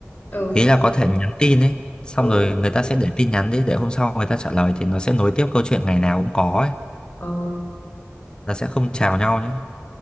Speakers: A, on the left; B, on the left.
A: ừ
B: ý là có thể nhắn tin ấy xong
A: ừ
B: rồi người ta sẽ để tin nhắn đi để hôm sau người ta trả lời thì nó sẽ nối tiếp câu chuyện ngày nào cũng có ấy
A: ờ
B: là sẽ không chào nhau nhé